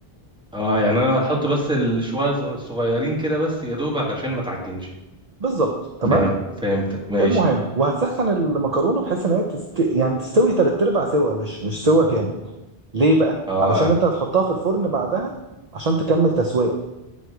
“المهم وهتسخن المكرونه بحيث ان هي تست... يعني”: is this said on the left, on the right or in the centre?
Right